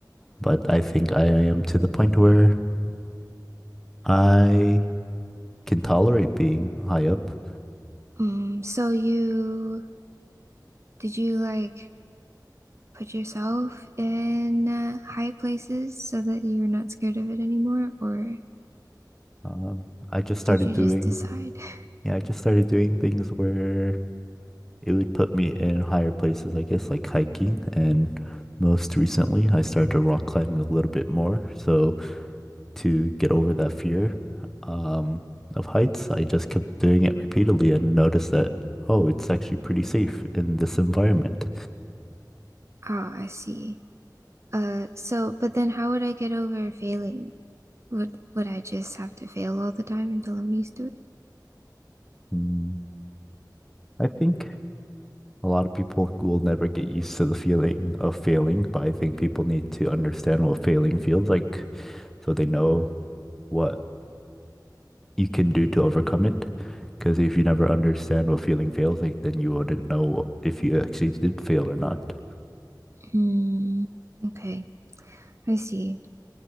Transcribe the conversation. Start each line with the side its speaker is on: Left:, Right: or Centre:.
Centre: but I think I am to the point where I can tolerate being high up.
Right: Um, so you did you like put yourself in uh, high places so that you're not scared of it anymore, or
Centre: Um, I just started
Right: did you
Centre: doing,
Right: just decide? <laughs>
Centre: yeah, I just started doing things where It would put me in higher places, I guess, like hiking. And most recently, I started to rock climbing a little bit more. So to get over that fear um, of heights, I just kept doing it repeatedly and noticed that, oh, it's actually pretty safe in this environment.
Right: Ah, I see. Uh, so but then how would I get over failing? Would would I just have to fail all the time until I'm used to it?
Centre: Mm, I think a lot of people will never get used to the feeling of failing, but I think people need to understand what failing feels like so they know what you can do to overcome it. Because if you never understand what feeling feels like, then you wouldn't know if you actually did fail or not.
Right: Hmm. Okay, I see.